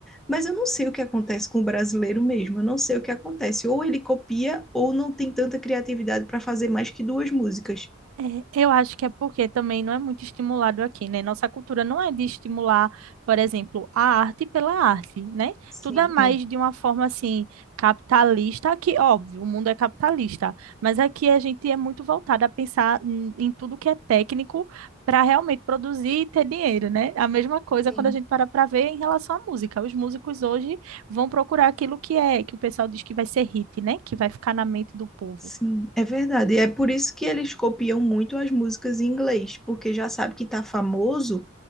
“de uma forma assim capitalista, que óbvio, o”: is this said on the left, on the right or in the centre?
Right